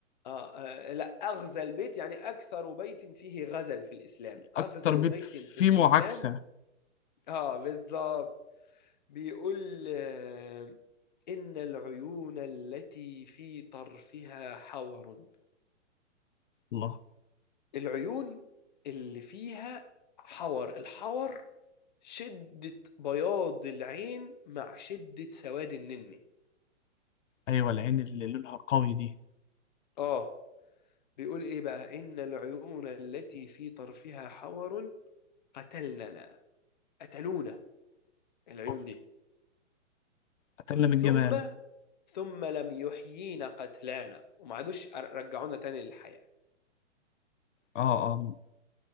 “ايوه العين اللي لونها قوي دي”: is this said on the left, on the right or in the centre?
Left